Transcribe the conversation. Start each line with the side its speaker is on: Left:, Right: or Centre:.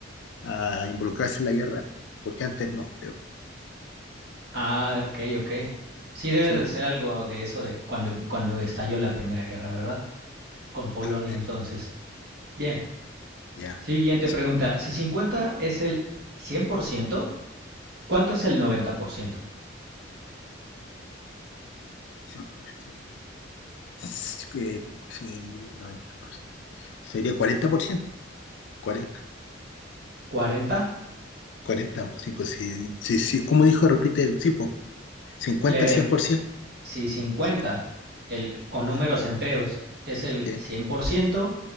Left: a involucrarse en la guerra, porque antes no, creo.
Right: Ah, ok, ok. Sí debe
Left: Sí,
Right: de ser algo de eso de cuando, cuando estalló la Primera Guerra, ¿verdad? Con Polonia
Left: Ah, es-
Right: entonces. Bien,
Left: ya.
Right: siguiente
Left: Sí,
Right: pregunta. Si 50 es el 100%, ¿cuánto es el noventa por ciento?
Left: sí, sí. Es que, sí, 90%. Sería 40%, 40,
Right: Cuarenta.
Left: 40. sí, pues sí, sí, sí, como dijo, repite el tipo, 50
Right: Le
Left: al 100%.
Right: Si 50
Left: Sí,
Right: el, con números
Left: ya,
Right: enteros es el
Left: sí.
Right: 100%,